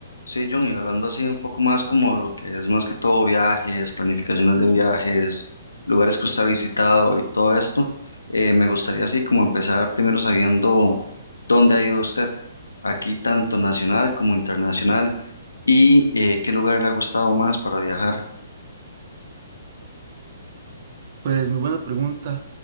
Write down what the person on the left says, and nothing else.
Sí, John, y hablando así un poco más como lo que es más que todo viajes, planificaciones de viajes, lugares que usted ha visitado y todo esto, eh, me gustaría así como empezar primero sabiendo dónde ha ido usted, aquí tanto nacional como internacional, y eh, qué lugar le ha gustado más para viajar.